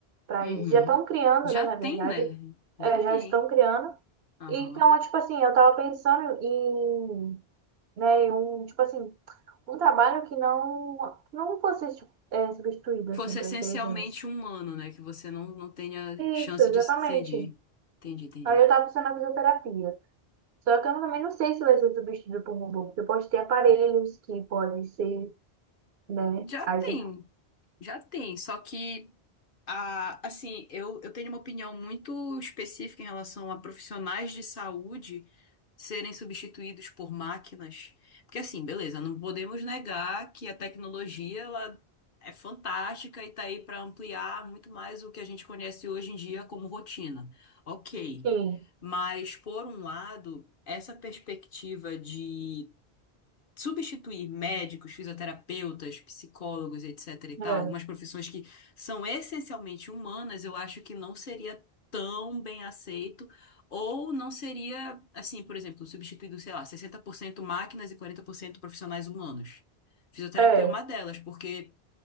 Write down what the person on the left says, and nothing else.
Uhum.
Já
tem,
né? Já
tem.
Aham.
fosse
essencialmente
humano, né? Que você não, não tenha chance
de. Entendi. Entendi, entendi.
Já
tem,
já tem. Só que. Ah, assim, eu, eu tenho uma opinião muito específica em relação a profissionais de saúde serem substituídos por máquinas. Porque, assim, beleza, não podemos negar que a tecnologia ela é fantástica e está aí para ampliar muito mais o que a gente conhece hoje em dia como rotina. Ok.
Mas, por um lado, essa perspectiva de substituir médicos, fisioterapeutas, psicólogos, etc. e tal,
algumas profissões que são essencialmente humanas, eu acho que não seria tão bem aceito, ou não seria, assim, por exemplo, substituído, sei lá, 60% máquinas e 40% profissionais humanos. Fisioterapia
é uma delas, porque